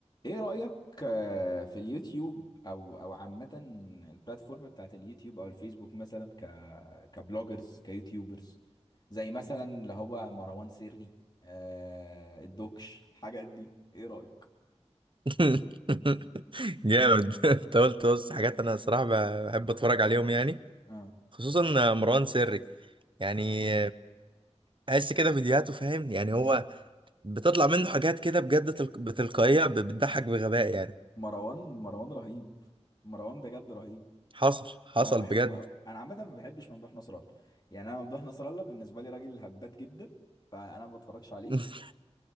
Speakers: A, on the left; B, on the right.
A: ايه رأيك آه، في اليوتيوب او او عامة البلاتفورم بتاعت اليوتيوب او الفيسبوك مثلا ك كبلوجرز كيوتيوبرز زي مثلا اللي هو مروان سري آه الدوكش الحاجات دي ايه رأيك
B: <laughs> جامد <laughs> انت قلت بص حاجات انا صراحة بحب اتفرج عليهم يعني
A: اه
B: خصوصا مروان سري يعني بحس كده فيديوهاته فاهم يعني هو بتطلع منه حاجات كده بجد تلق... بتلقائية ب- بتضحك بغباء يعني
A: مروان مروان رهيب مروان بجد رهيب
B: حصل حصل
A: انا بحبه
B: بجد
A: قوي انا عامة ما بحبش ممدوح نصر الله يعني انا ممدوح نصر الله بالنسبة لي راجل هبات جدا فانا ما بتفرجش عليه
B: <laughs>